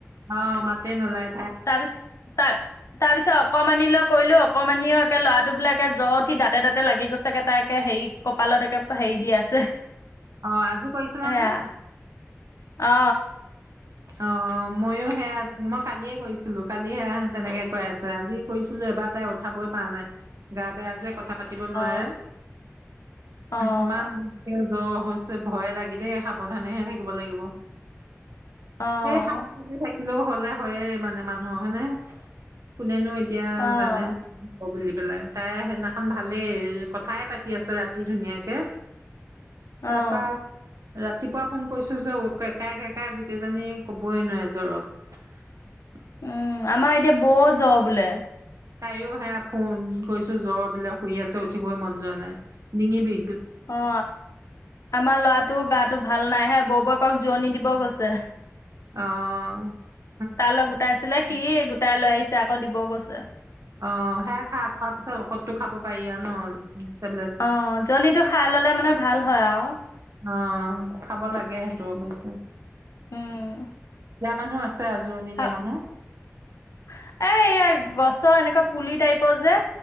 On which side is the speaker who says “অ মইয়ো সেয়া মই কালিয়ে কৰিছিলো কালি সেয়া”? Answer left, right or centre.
Right